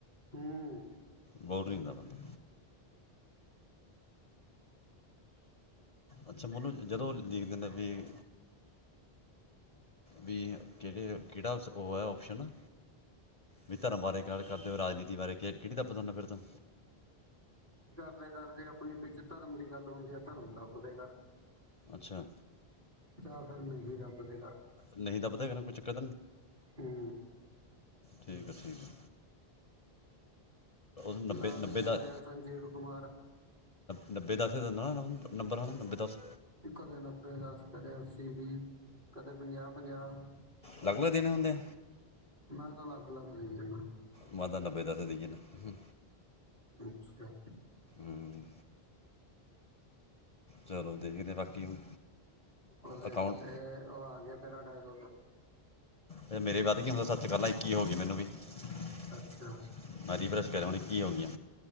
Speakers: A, on the right; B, on the left.
A: ਹੂੰ
B: ਬੋਰ ਨਹੀਂ ਹੋਂਦਾ ਬੰਦਾ। ਅੱਛਾ ਮੋਨੂੰ ਜਦੋਂ ਲਿਖ ਦਿੰਦਾ ਵੀ ਵੀ ਕਿਹੜੇ ਕਿਹੜਾ ਉਹ ਹੈ ਓਪਸ਼ਨ। ਵੀ ਧਰਮ ਬਾਰੇ ਗੱਲ ਕਰਦੇ ਹੋ ਰਾਜਨੀਤੀ ਬਾਰੇ ਕਿਹੜੀ ਦਾ ਫਿਰ ਤੁ
A: ਆਪਲੇ ਕਰ ਜੇ ਆਪਣੀ ਵਿੱਚ ਧਰਮ ਦੀ ਗੱਲ ਹੁੰਦੀ ਹੈ, ਧਰਮ ਦਾ ਆਪਲੇ ਕਰ।
B: ਅੱਛਾ।
A: ਯ ਫਿਰ ਨਹੀਂ ਰੱਬ ਦੇਗਾ।
B: ਨਹੀਂ ਤਾਂ ਪਤਾ ਇੰਨਾ ਨੂੰ ਕੁਛ। ਚੱਕਰ
A: ਹੂੰ।
B: ਠੀਕ ਆ, ਠੀਕ ਹੈ। ਨੇ
A: ਲਾ ਵੀ
B: ਨੱਬੇ
A: ਚੱਲਿਆ
B: ਦਸ,
A: ਸੰਜੀਵ ਕੁਮਾਰ
B: ਨੱਬੇ ਦਸ ਦਿੰਨਾ ਹੁੰਨਾ ਉਹਨਾ ਨੂੰ ਨੰਬਰ? ਦਸ।
A: ਕਦੇ ਨੱਬੇ ਦਸ, ਕਦੇ ਅੱਸੀ ਵੀ, ਕਦੇ ਪੰਜਾਹ-ਪੰਜਾਹ।
B: ਲਗ-ਲਗ ਦਿਨ ਹੁੰਦੇ।
A: ਮੈਂ ਤਾਂ ਅਲੱਗ-ਅਲੱਗ ਰਹੀ ਜਾਣਾ।
B: ਮਾ ਤਾ ਨੱਬੇ ਦਸ ਦੇਈ ਜਾਨਾ।
A: ਅੱਛਾ।
B: ਹੂੰ ਚਲੋ ਦੇਖਦੇ ਬਾਕੀ ਹੁਣ।
A: ਉਹਦੇ
B: ਅਕਾਊਂਟ
A: ਤੇ ਉਹ ਆ ਗਿਆ ਤੇਰਾ ਡਾਇਲਾਗ।
B: ਤੇ ਮੇਰੇ ਅਦ ਕੀ ਹੁੰਦਾ ਸੱਚ ਕਾਲ਼ਾ ਹੀ। ਕੀ ਹੋ ਗਈ ਮੈਨੂੰ ਵੀ। <unintelligible>
A: ਅੱਛਾ
B: ਕੀ ਹੋਗਆਂ